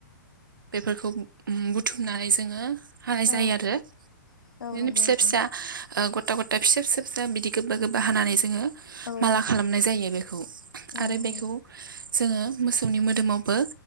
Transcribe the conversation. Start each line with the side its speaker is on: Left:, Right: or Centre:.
Right: बेफोरखौ बुथुमनानै जोङो हानाय
Left: औ
Right: जायो आरो।
Left: औ
Right: बिदिनो
Left: नंगौ
Right: फिसा फिसा
Left: नोंथां
Right: गथा गथा फिसा फि सा बिदि गोबा गोबा हानानै जोंङो
Left: औ
Right: माला खालामनाय जायो बेखौ।
Left: औ
Right: आरो
Left: नंगौ
Right: बेखौ जोङो मोसौनि मोदोमावबो